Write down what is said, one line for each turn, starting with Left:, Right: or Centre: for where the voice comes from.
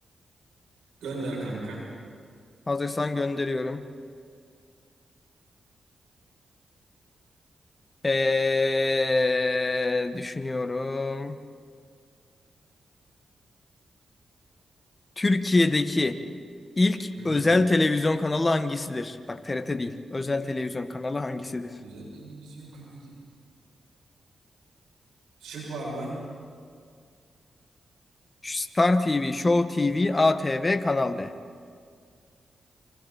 Right: Gönder kanka.
Left: Hazırsan gönderiyorum. Ee, düşünüyorum. Türkiye'deki ilk
Right: Hmm.
Left: özel televizyon kanalı hangisidir? Bak TRT değil. Özel televizyon kanalı hangisidir?
Right: Özel televizyon kanalı. Şık var mı?
Left: Star TV, Show TV, ATV, Kanal D.